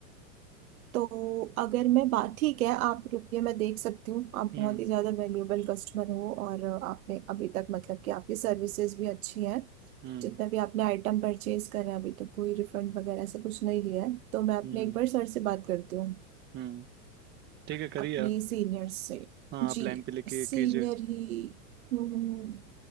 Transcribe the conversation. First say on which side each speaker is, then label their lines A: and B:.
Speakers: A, on the right; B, on the right.
A: तो अगर मैं बात ठीक है आप रुकिए मैं देख सकती हूँ आप
B: हम्म
A: बहुत ही ज्यादा वैल्यूएबल कस्टमर हो और अ, आपने अभी तक मतलब कि आपकी सर्विसेज भी अच्छी हैं
B: हम्म
A: जितना भी आपने आइटम परचेज करा है अभी तक कोई रिफंड वगैरह ऐसा कुछ नहीं लिया है तो मैं अपने
B: हम्म
A: एक बार सर से बात करती हूँ
B: हम्म ठीक है करिए
A: अपने
B: आप
A: सीनियर से
B: हाँ
A: जी
B: आप लाइन पे लेके
A: सीनियर
B: कीजिए
A: ही हम्म